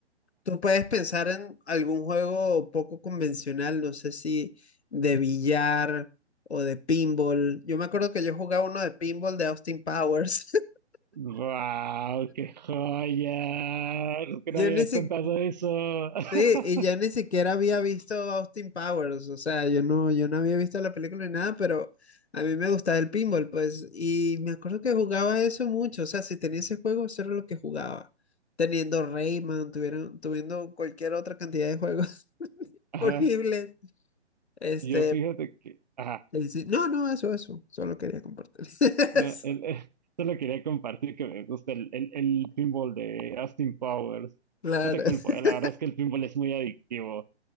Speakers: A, on the left (about 70°); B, on the right (about 40°).
A: Tú puedes pensar en algún juego poco convencional, no sé si de billar o de pinball. Yo me acuerdo que yo jugaba uno de pinball de Austin Powers. <laughs>
B: ¡Wow! ¡Qué joya! Es que
A: Yo
B: no me
A: ni
B: habías
A: si-
B: contado eso. <laughs>
A: sí, y yo ni siquiera había visto Austin Powers, o sea, yo no, yo no había visto la película ni nada, pero a mí me gustaba el pinball, pues, y me acuerdo que jugaba eso mucho, o sea, si tenía ese juego, eso era lo que jugaba. Teniendo Rayman, tuvieron, tuviendo cualquier otra cantidad de juegos <laughs>
B: Ajá,
A: disponibles. Este,
B: yo fíjate que. Ajá,
A: Sí, sí. No, no, eso, eso. Solo quería compartir <laughs>
B: no,
A: eso.
B: el- eh, solo quería compartir que me gusta el, el, el pinball de Austin Powers.
A: Claro.
B: No te
A: <laughs>
B: culpo, eh, la verdad es que el pinball es muy adictivo.